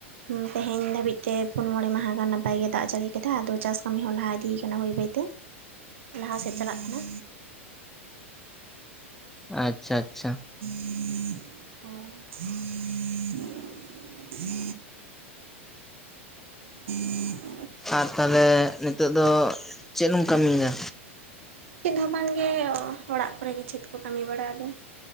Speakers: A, on the right; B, in the centre.
A: ᱦᱩᱸ ᱛᱮᱦᱮᱧ ᱫᱷᱟᱹᱵᱤᱡ ᱛᱮ ᱯᱩᱱ ᱢᱚᱬᱮ ᱢᱟᱦᱟᱸ ᱜᱟᱱ ᱱᱟᱯᱟᱭ ᱜᱮ ᱫᱟᱜ ᱡᱟᱹᱲᱤᱭ ᱠᱟᱫᱟ ᱟᱫᱚ ᱪᱟᱥ ᱠᱟᱹᱢᱤ ᱦᱚᱸ ᱞᱟᱦᱟ ᱤᱫᱤᱭ ᱠᱟᱱᱟ ᱵᱟᱹᱭ ᱵᱟᱹᱭ ᱛᱮ ᱞᱟᱦᱟ ᱥᱮᱫ ᱪᱟᱞᱟᱜ ᱠᱟᱱᱟ᱾
B: ᱟᱪᱪᱷᱟ ᱟᱪᱪᱷᱟ᱾
A: ᱦᱳᱭ᱾ <unintelligible>
B: ᱟᱨ ᱛᱟᱞᱦᱮ ᱱᱤᱛᱚᱜ ᱫᱚ ᱪᱮᱫ ᱮᱢ ᱠᱟᱹᱢᱤᱭ ᱫᱟ?
A: ᱪᱮᱫ ᱦᱚᱸ ᱵᱟᱝ ᱜᱮ ᱚᱲᱟᱜ ᱠᱚᱨᱮ ᱜᱮ ᱪᱷᱮᱫ ᱠᱚ ᱠᱟᱹᱢᱤ ᱵᱟᱲᱟ ᱟᱫᱚ,